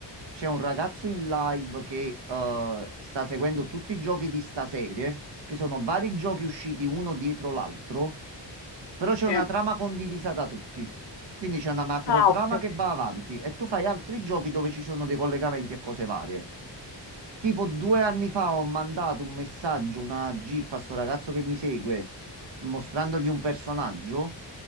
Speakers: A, on the right (about 75°); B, on the left (about 70°).
A: C'è un ragazzo in live che eh, sta seguendo tutti i giochi di sta serie, che sono vari giochi usciti uno dietro l'altro. Però c'è
B: sì.
A: una trama condivisa da tutti. Quindi c'è una macro
B: Ah,
A: trama
B: ok.
A: che va avanti e tu fai altri giochi dove ci sono dei collegamenti e cose varie. Tipo due anni fa ho mandato un messaggio, una GIF a sto ragazzo che mi segue, mostrandogli un personaggio,